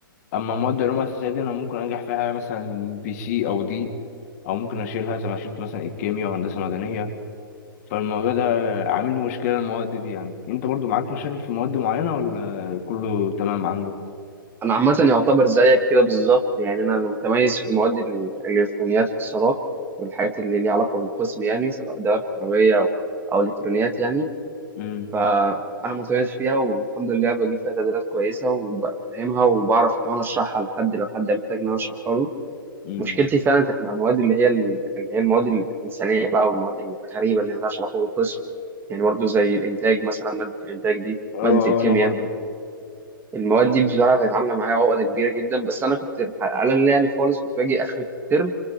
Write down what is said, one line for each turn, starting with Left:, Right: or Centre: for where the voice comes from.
Left: أما مواد العلوم الأساسية دي أنا ممكن أنجح فيها مثلا بي سي أو دي أو ممكن أشيلها زي ما شلت مثلا الكيمياء وهندسة مدنية فالموضوع ده عامل لي مشكلة المواد دي يعني أنت برضو معاك مشاكل في مواد معينة ولا كله تمام عندك؟
Right: انا عامه يعتبر زيك كده بالظبط يعني انا متميز في مواد ال- الالكترونيات والاتصالات والحاجات اللي ليها علاقه بالقسم يعني سواء دوائر كهربيه او او الكترونيات يعني
Left: امم
Right: فانا متميز فيها والحمد لله بجيب فيها تقديرات كويسه وبفهمها وبعرف كمان اشرحها لحد لو حد محتاج ان انا اشرحها له
Left: امم
Right: مشكلتي فعلا كانت مع المواد اللي هي ال- اللي هي المواد الانسانيه بقى والمواد الغريبه اللي مالهاش علاقه بالقسم يعني برضه زي الانتاج مثلا ماده الانتاج دي
Left: اه
Right: ماده الكيمياء
Left: انا برضو
Right: المواد دي بصراحه كانت عامله معايا عقده كبيره جدا بس انا كنت الح- على اللي يعني خالص كنت باجي اخر الترم